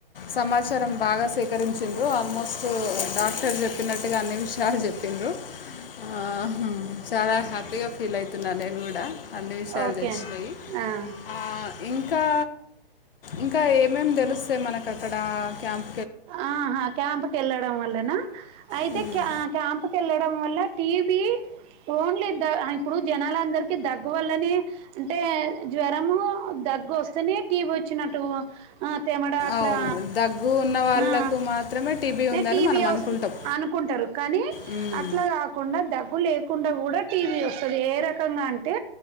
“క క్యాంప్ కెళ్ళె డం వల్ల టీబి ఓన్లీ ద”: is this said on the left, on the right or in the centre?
Right